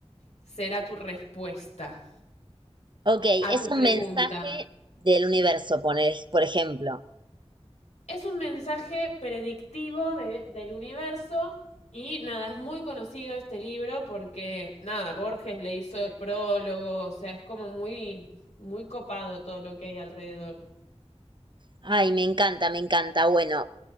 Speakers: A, on the left; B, on the right.
A: será tu respuesta
B: Ok, es
A: a tu
B: un
A: pregunta.
B: mensaje del universo, poner- por ejemplo.
A: Es un mensaje predictivo de- del universo y nada, es muy conocido este libro porque nada, Borges le hizo el prólogo, o sea, es como muy, muy copado todo lo que hay alrededor.
B: Ay, me encanta, me encanta. Bueno,